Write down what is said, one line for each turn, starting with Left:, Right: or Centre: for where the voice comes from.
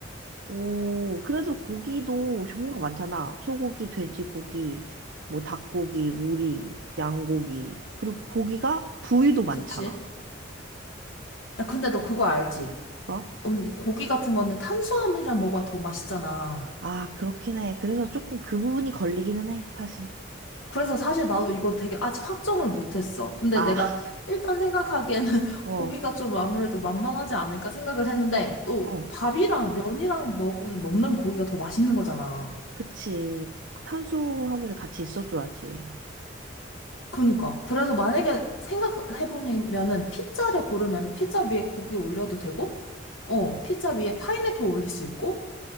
Right: 오, 그래도 고기도 종류가 많잖아. 소고기, 돼지고기, 뭐 닭고기, 오리, 양고기. 그리고 고기가 부위도 많잖아.
Left: 그치? 야, 근데 너 그거 알지?
Right: 뭐?
Left: 언니, 고기 같은 거는 탄수화물이랑 먹어야 더 맛있잖아.
Right: 아, 그렇긴 해. 그래서 조금 그 부분이 걸리기는 해, 사실.
Left: 그래서 사실 나도 이거 되게 아직 확정을 못했어. 근데
Right: 아,
Left: 내가
Right: <laughs>
Left: 일단 생각하기에는 <laughs>
Right: 어,
Left: 고기가 좀 아무래도 만만하지 않을까 생각을 했는데 또
Right: 어.
Left: 밥이랑 면이랑 먹은, 먹는 고기가 더 맛있는 거잖아.
Right: 그치. 꼭 탄수화물이 같이 있어줘야지.
Left: 그니까. 그래서 만약에 생각해보면은 피자를 고르면은 피자 위에 고기 올려도 되고, 어, 피자 위에 파인애플 올릴 수 있고,